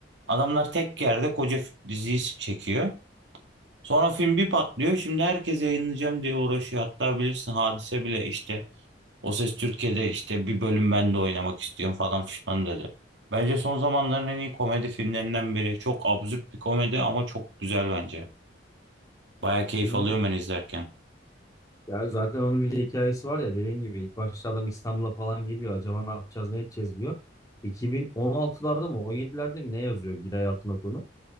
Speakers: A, on the right; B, on the left.
A: Adamlar tek yerde koca f- diziyi çekiyor. Sonra film bir patlıyor. Şimdi herkes yayınlayacağım diye uğraşıyor. Hatta bilirsin Hadise bile işte O Ses Türkiye'de işte bir bölüm ben de oynamak istiyorum falan fişman dedi. Bence son zamanların en iyi komedi filmlerinden biri. Çok absürt bir komedi ama çok güzel bence. Baya
B: Kesinlikle.
A: keyif alıyorum ben izlerken.
B: Ya zaten onun bir de hikayesi var ya dediğin gibi ilk başta adam İstanbul'a falan geliyor acaba ne yapacağız ne edeceğiz diyor. 2016'larda mı 17'lerde mi ne yazıyor Giray Altınok'unu.